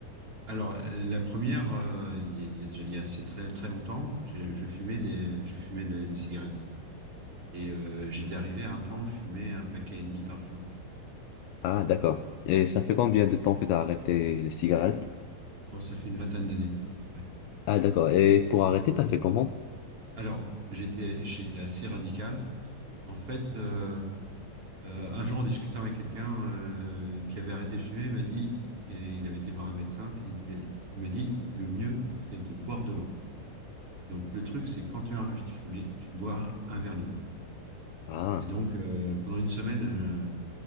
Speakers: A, on the right; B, on the left.
A: Alors, euh, la première, euh, il y a il y a déjà il y a assez très très longtemps, j'ai- je fumais des je fumais des, des cigarettes et euh, j'étais arrivé à un point où je fumais un paquet et demi par jour.
B: Ah, d'accord. Et ça fait combien de temps que t'as arrêté les cigarettes?
A: Bon, ça fait une vingtaine d'années à peu près.
B: Ah, d'accord. Et pour arrêter, t'as fait comment?
A: Alors, j'étais j'étais assez radical. En fait, euh, Euh, un jour, en discutant avec quelqu'un euh, qui avait arrêté de fumer, il m'a dit, et il avait été voir un médecin, il, lui a- il m'a dit, le mieux, c'est de boire de l'eau. Donc le truc, c'est quand tu as envie de fumer, tu bois un verre d'eau.
B: Ah,
A: Et donc euh, pendant une semaine, euh,